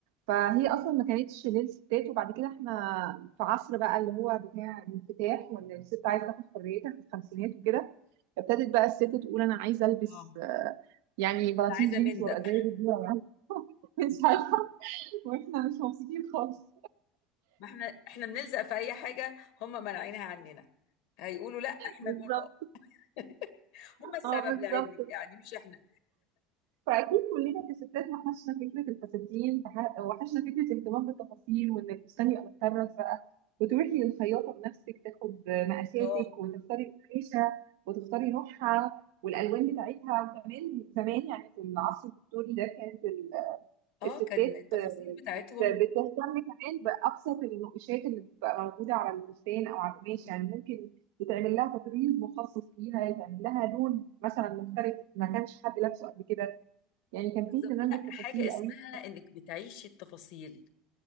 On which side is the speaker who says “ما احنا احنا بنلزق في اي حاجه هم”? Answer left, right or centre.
Left